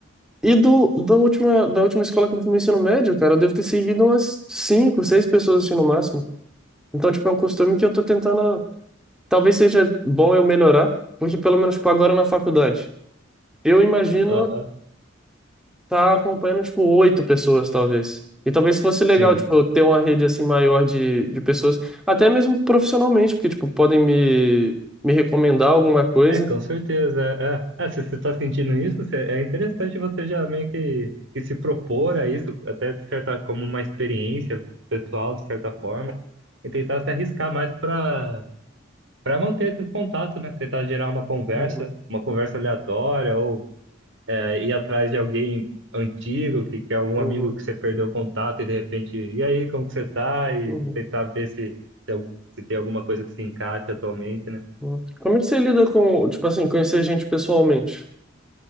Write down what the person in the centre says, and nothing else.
E do, da última, da última escola que eu fiz no ensino médio, cara, eu devo ter seguido umas cinco, seis pessoas assim no máximo. Então, tipo, é um costume que eu tô tentando. Talvez seja bom eu melhorar, porque pelo menos, tipo, agora na faculdade, eu imagino
tá acompanhando, tipo, oito pessoas, talvez. E talvez fosse legal,
tipo, eu ter uma rede assim maior de, de pessoas, até mesmo profissionalmente, porque, tipo, podem me, me recomendar alguma coisa.
Uhum,
uhum,
uhum.
Hum. Como é que você lida com, tipo assim, conhecer gente pessoalmente?